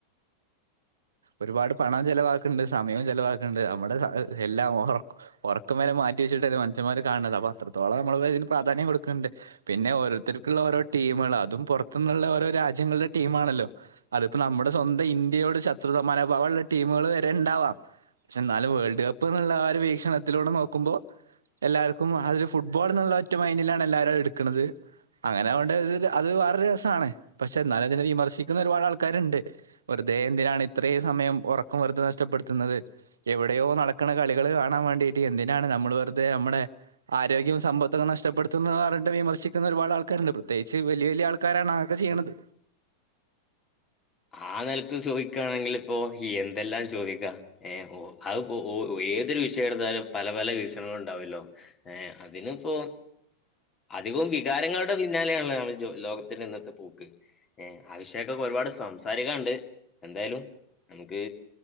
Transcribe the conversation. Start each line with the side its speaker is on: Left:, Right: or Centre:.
Right: ഒരുപാട് പണം ചെലവാക്ണ്ട് സമയൊം ചെലവാക്ണ്ട് നമ്ടെ <unintelligible> ഉറക്കം വരെ മാറ്റി വച്ചിട്ടല്ലേ മനുഷ്യന്മാര് കാണ്ന്നത് അപ്പം അത്രോളം നമ്മള് ഇതിന് പ്രധാന്യം കൊടുക്കണ്ട് പിന്നെ ഓരോരുത്തര്ക്ക്ള്ള ഓരോ ടീമളാ അതും പൊറത്ത്ന്നുള്ള ഓരോ രാജ്യങ്ങള്ടെ ടീമാണല്ലോ അതിപ്പം നമ്മുടെ സ്വന്തം ഇന്ത്യയോട് ശത്രുത മനോഭാവോള്ള ടീമ്ള് വരെ ഇണ്ടാവാം പക്ഷെ എന്നാലും വേൾഡ് കപ്പ് എന്നുള്ള ആ ഒര് വീക്ഷണത്തിലൂടെ നോക്കുമ്പോ എല്ലാർക്കും അതൊര് ഫുട്ബോൾ എന്നുള്ള ഒറ്റ മൈന്റിലാണ് എല്ലാവരും എടുക്കണത് അങ്ങനെ അവണ്ടെ ഇതില് അത് വേറൊരു രസാണ് പക്ഷെ എന്നാലും അതിനെ വിമർശിക്കുന്ന ഒരുപാട് ആൾക്കാരിണ്ട് വെറുതെ എന്തിനാണ് ഇത്രയും സമയം ഉറക്കം വെറുതെ നഷ്ടപ്പെടുത്തുന്നത് എവിടെയോ നടക്കണ കളികള് കാണാൻ വേണ്ടിട്ട് എന്തിനാണ് നമ്മള് വെറുതെ നമ്മടെ ആരോഗ്യവും സമ്പത്തൊക്കെ നഷ്ടപ്പെടു ത്തുന്ന പറഞ്ഞിട്ട് വിമർശിക്കുന്ന ഒരുപാട് ആൾക്കാരിണ്ട് പ്രതേകിച്ച് വല്യയ വല്യയ ആൾക്കാരാണ് അതൊക്കെ ചെയ്യണത്
Left: ആ നെലക്ക് ചോദിക്കനാണെങ്കിലിപ്പോ ഈ എന്തെല്ലാം ചോദിക്കാ ഏഹ് ഓ അതിപ്പോ ഓ ഏതൊരു വിഷയം എടുത്താലും പല പല വീഷണങ്ങള് ഇണ്ടാവുല്ലോ ഏഹ് അതിനിപ്പോ അധികവും വികാരങ്ങളുടെ പിന്നാലെയാണല്ലോ നമ്മുടെ ലോകത്തിന്റെ ഇന്നത്തെ പോക്ക് ഏഹ് ആ വിഷയോക്കെ ഒരുപാട് സം സാരിക്കാണ്ട് എന്തായാലും നമുക്ക്